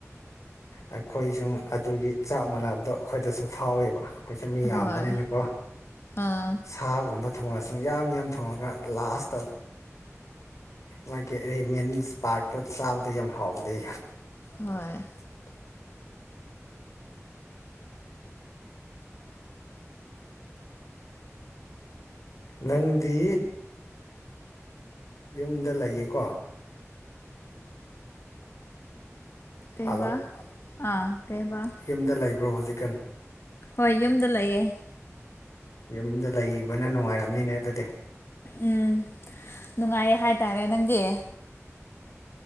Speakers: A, on the left; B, on the left.
A: ꯑꯩꯈꯣꯏꯁꯨ ꯑꯗꯨꯒꯤ ꯆꯥꯞ ꯃꯥꯟꯅꯕꯗꯨ ꯑꯩꯈꯣꯏꯗꯁꯨ ꯐꯥꯎꯋꯦꯕ ꯑꯩꯈꯣꯏꯁꯨ ꯃꯤ ꯌꯥꯝꯕꯅꯤꯅꯀꯣ
B: ꯍꯣꯏ ꯑꯥ
A: ꯁꯥꯒꯨꯝꯕ ꯊꯣꯡꯉꯁꯨ ꯌꯥꯝ ꯌꯥꯝ ꯊꯣꯡꯉꯒ ꯂꯥꯁꯇ ꯃꯥꯒꯤ ꯑꯦꯔꯤꯃꯦꯟꯁ ꯄꯥꯔꯠꯇꯣ ꯆꯥꯕꯗꯣ ꯆꯕꯥꯗ ꯌꯥꯝ ꯍꯥꯎꯕꯅꯦ
B: ꯍꯣꯏ
A: <inaudible> ꯅꯪꯗꯤ ꯌꯨꯝꯗ ꯂꯩꯌꯦꯀꯣ
B: ꯀꯩꯕꯥ
A: ꯍꯜꯂꯣ
B: ꯑꯥ ꯀꯩꯕꯥ
A: ꯌꯨꯝꯗ ꯂꯩꯕ꯭ꯔꯣ ꯍꯧꯖꯤꯛꯒꯥꯟ
B: ꯍꯣꯏ ꯌꯨꯝꯗ ꯂꯩꯌꯦ
A: ꯌꯨꯝꯗ ꯂꯩꯕꯅ ꯅꯨꯡꯉꯥꯏꯔꯝꯅꯤꯅꯦ ꯑꯗꯨꯗꯤ
B: ꯎꯝ ꯅꯨꯡꯉꯥꯏꯌꯦ ꯍꯥꯏꯇꯥꯔꯦ ꯅꯪꯒꯤ